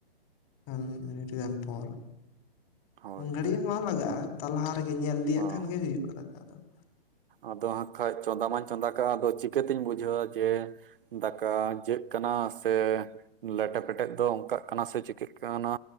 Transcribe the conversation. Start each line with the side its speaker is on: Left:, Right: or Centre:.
Left: <unintelligible> ᱢᱤᱱᱤᱴ ᱜᱟᱱ ᱯᱚᱨ ᱾
Right: ᱦᱳᱭ
Left: ᱩᱱ ᱜᱷᱟᱹᱲᱤᱡ
Right: ᱛᱚ
Left: ᱦᱚᱸ ᱵᱟᱝ ᱞᱟᱜᱟᱜᱼᱟ ᱾ ᱛᱟᱨ ᱞᱟᱦᱟ ᱨᱮᱜᱮ ᱧᱮᱞ ᱤᱫᱤᱭᱟᱜ
Right: ᱦᱚᱸ
Left: ᱠᱷᱟᱱ ᱜᱮ ᱦᱩᱭᱩᱜᱼᱟ ᱫᱟᱠᱟ ᱫᱚ ᱾
Right: ᱟᱫᱚ ᱦᱟᱸᱜ ᱠᱷᱟᱡ ᱪᱚᱸᱫᱟ ᱢᱟᱧ ᱪᱚᱸᱫᱟ ᱠᱟᱜᱼᱟ ᱟᱫᱚ ᱪᱤᱠᱟᱹᱛᱤᱧ ᱵᱩᱡᱷᱟᱹᱣᱟ ᱡᱮᱼᱼ ᱫᱟᱠᱟ ᱡᱟᱹᱜ ᱠᱟᱱᱟ ᱥᱮᱼᱼ ᱞᱮᱴᱮ ᱯᱮᱴᱮᱜ ᱫᱚ ᱚᱝᱠᱟᱜ ᱠᱟᱱᱟ ᱥᱮ ᱪᱤᱠᱟᱹᱜ ᱠᱟᱱᱟ